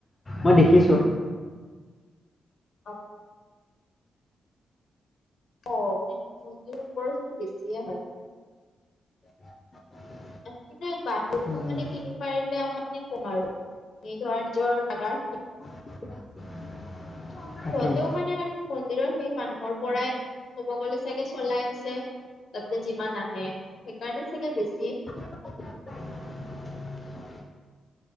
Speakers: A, on the left (about 30°); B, on the left (about 70°).
A: মই দেখিছোঁ।
B: অ। অ, মানে মন্দিৰ ওপৰত বেছিয়ে হয়।
A: <inaudible>
B: আনকি নাই বাহিৰতো
A: উম,
B: মানে কিনি পাৰিলে আমাৰ মানে কম আৰু। ম ধ জৰ লাগ <inaudible>
A: <unintelligible>
B: সিহঁতেও
A: তাকেই
B: মানে আৰু মন্দিৰৰ সেই মানুহৰ পৰাই ক'ব গ'লে চাগে চলাই আছে তাতে। যিমান আহে সেইকাৰণে চাগে বেছি।
A: <inaudible>